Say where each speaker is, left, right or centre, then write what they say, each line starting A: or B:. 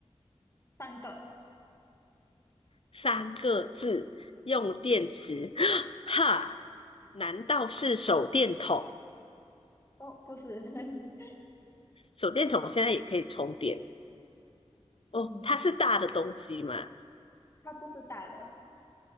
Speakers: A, on the left; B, on the left.
A: 三个
B: 三个字，用电池，<gasps> 哈，难道是手电筒？
A: 哦，不是，<laughs>
B: 手电筒现在也可以充电哦，
A: 嗯，
B: 它是大的东西嘛，
A: 它不是大的，